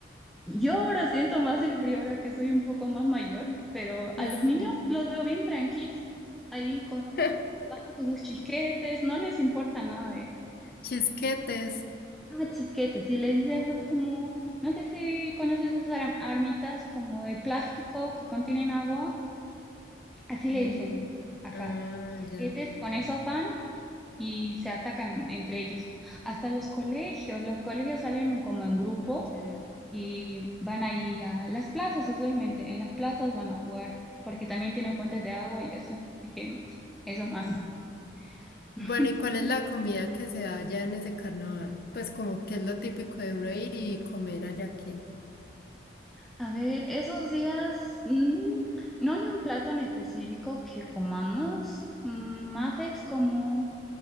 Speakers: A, in the centre; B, on the left (about 50°).
A: Yo ahora siento más el frío ahora que soy un poco más mayor, pero a
B: <laughs>
A: los niños
B: Sí.
A: los veo bien tranquis, ahí con,
B: <laughs>
A: jugando con sus chisquetes, no les importa nada. eh.
B: Chisquetes.
A: Ah, chisquetes, sí le dicen esos como, no sé si conoces esas ar- armitas como de plástico que contienen agua, así
B: Eh,
A: le dicen acá,
B: ah,
A: chisquetes
B: ya,
A: con eso van y se atacan entre ellos. Hasta los colegios, los colegios salen como en grupo
B: no sé.
A: y van ahí a las plazas usualmente, en las plazas van a jugar, porque también tienen fuentes de agua y así, así que eso más. <laughs>
B: Bueno, ¿y cuál es la comida que se da allá en ese carnaval? Pues como que es lo típico de uno ir y comer allá aquí.
A: A ver, esos días mm, no hay un plato en específico que comamos, mm, más es como,